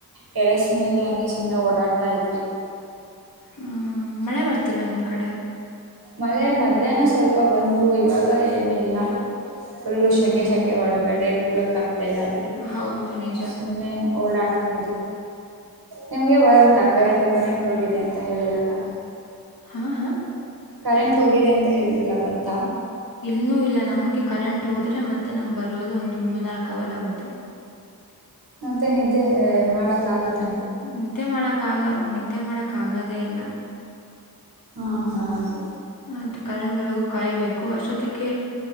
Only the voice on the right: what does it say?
ಟೆರೆಸ್ ಮೇಲೆ ಹಂಗೆ ಸುಮ್ಮನೆ ಓಡಾಡ್ತಾ ಇದ್ವಿ
ಮಳೆ ಮಧ್ಯಾಹ್ನ ಸ್ವಲ್ಪ ಬಂತು ಇವಾಗ ಏನಿಲ್ಲ ಫುಲ್
ಶೆಕೆ
ಶೆಕೆ ಒಳಗಡೆ ಕೂಡ ಕ ಲದಕ್ಕೆ.
ಸುಮ್ಮನೆ ಓಡಾ ತ್ದ ನಿಮ್ಗೆ ಬಂತ ಕರೆಂಟ್ ಕರೆಂಟ್ ಹೋಗಿದೆ ಅಂತ ಹೇಳಿದ್ರಲ್ಲ
ಕರೆಂಟ್ ಹೋಗಿದೆ ಅಂತ ಹೇಳಿದ್ರಲ್ಲ ಬಂತ
ಮತ್ತೆ ನಿದ್ದೆ ಮಾಡಕ್ ಆಗುತ್ತ
ಹೌದ